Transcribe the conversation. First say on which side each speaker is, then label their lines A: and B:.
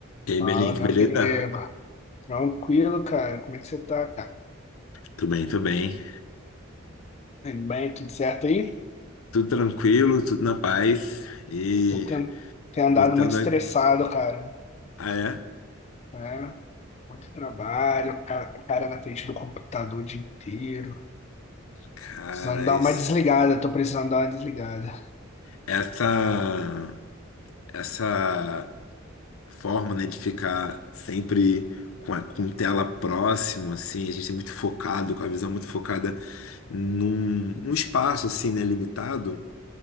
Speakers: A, on the left; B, on the left.
A: E aí,
B: Fala,
A: Belink,
B: meu
A: beleza?
B: amigo. Tranquilo, cara. Como é que você tá, cara?
A: Tudo bem, tudo bem.
B: Tudo bem? Tudo certo aí?
A: Tudo tranquilo, tudo na paz. E
B: Tô ten- tenho
A: botando
B: andado muito estressado,
A: a...
B: cara.
A: Ah, é?
B: né? Muito trabalho, ca- cara na frente do computador o dia inteiro.
A: Cara,
B: Precisando dar
A: isso-
B: uma desligada, tô precisando dar uma desligada.
A: essa... essa forma, né, de ficar sempre com, a- com tela próximo, assim, a gente é muito focado, com a visão muito focada num, num espaço, assim, né, limitado.